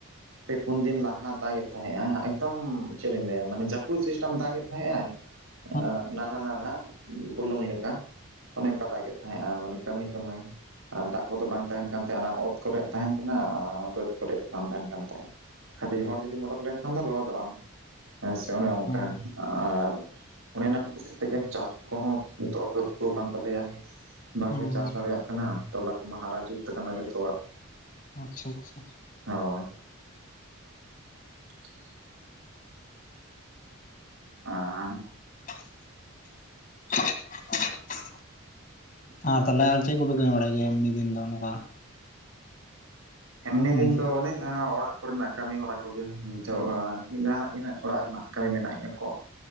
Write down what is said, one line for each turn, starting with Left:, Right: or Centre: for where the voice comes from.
Right: ᱯᱮ ᱯᱩᱱ ᱫᱤᱱ ᱞᱟᱦᱟ ᱫᱟᱜᱮᱜ ᱛᱟᱦᱮᱸᱜ ᱟᱭ ᱮᱠᱫᱚᱢ ᱪᱮᱫ ᱤᱧ ᱞᱟᱹᱭᱟ ᱢᱟᱱᱮ ᱡᱟᱹᱯᱩᱫ ᱥᱤᱥᱴᱮᱢ ᱫᱟᱜᱮᱜ ᱛᱟᱦᱮᱸᱜ ᱟᱭ
Left: <unintelligible>
Right: ᱱᱟᱱᱦᱟ ᱱᱟᱱᱦᱟ ᱵᱩᱞᱩᱝ ᱞᱮᱠᱟ ᱚᱱᱮ ᱚᱱᱠᱟ ᱫᱟᱜᱮ ᱛᱟᱦᱮᱸᱜᱼᱟ ᱢᱟᱱᱮ ᱠᱟᱹᱢᱤ ᱠᱟᱹᱢᱟᱭ ᱟᱨ ᱫᱟᱜ ᱠᱚᱫᱚ ᱵᱟᱝ ᱛᱟᱦᱮᱸᱱ ᱠᱟᱱ ᱛᱟᱦᱮᱸᱼᱟ ᱚᱱᱟ ᱚᱛ ᱠᱚᱨᱮ ᱛᱟᱦᱮᱸᱱ ᱠᱟᱱᱟ ᱟᱻ ᱵᱟᱹᱫᱽ ᱠᱚᱨᱮ ᱵᱟᱝ ᱛᱟᱦᱮᱸᱱ ᱠᱟᱱ ᱛᱟᱦᱮᱸ ᱠᱷᱟᱹᱞᱤ ᱦᱚᱲ ᱡᱩᱫᱤᱢ ᱳᱰᱳᱠ ᱞᱮᱱ ᱠᱷᱟᱱ ᱫᱚ ᱞᱚᱦᱚᱫᱚᱜ ᱟᱢ ᱦᱮᱸ ᱥᱮ ᱚᱱᱮ ᱚᱝᱠᱟ
Left: ᱦᱩᱸ
Right: ᱟᱨ ᱚᱱᱮ ᱚᱱᱟ ᱠᱷᱟᱹᱛᱤᱨ ᱛᱮᱜᱮ ᱪᱟᱥ ᱠᱚᱦᱚᱸ ᱱᱤᱛᱚᱜ ᱯᱟᱹᱨᱠᱟᱹᱣ ᱠᱟᱱ ᱛᱟᱞᱮᱭᱟ᱾ ᱵᱟᱝᱞᱮ
Left: ᱦᱩᱸ
Right: ᱪᱟᱥ ᱫᱟᱲᱮᱭᱟᱜ ᱠᱟᱱᱟ ᱛᱚᱞᱟ ᱠᱚᱢᱟ ᱦᱟᱨᱟ ᱡᱩᱛ ᱠᱟᱱᱟ ᱡᱚᱛᱚᱣᱟᱜ
Left: ᱟᱪᱪᱷᱟ ᱟᱪᱪᱷᱟ
Right: ᱦᱳᱭᱻ <inaudible> ᱟᱨ
Left: <inaudible> ᱟᱨ ᱛᱟᱦᱞᱮ ᱟᱨ ᱪᱮᱫ ᱠᱚᱯᱮ ᱠᱟᱹᱢᱤ ᱵᱟᱲᱟᱭ ᱜᱮᱭᱟ ᱮᱢᱱᱤ ᱫᱤᱱ ᱫᱚ ᱱᱚᱝᱠᱟ
Right: ᱮᱢᱱᱤ
Left: ᱢᱟᱱᱮ
Right: ᱫᱤᱱ ᱫᱚ ᱚᱱᱮ ᱡᱟᱦᱟᱸ ᱚᱲᱟᱜ ᱠᱚᱨᱮᱱᱟᱜ ᱠᱟᱹᱢᱤ ᱦᱚᱨᱟ ᱠᱚᱜᱮ ᱠᱚᱜ ᱵᱟᱲᱟ ᱡᱟᱦᱟᱸ ᱱᱟᱜ ᱜᱮ ᱱᱟᱜ ᱚᱲᱟᱜ ᱨᱮᱱᱟᱜ ᱠᱟᱹᱢᱤ ᱢᱮᱱᱟᱜ ᱤᱱᱟᱹ ᱠᱚ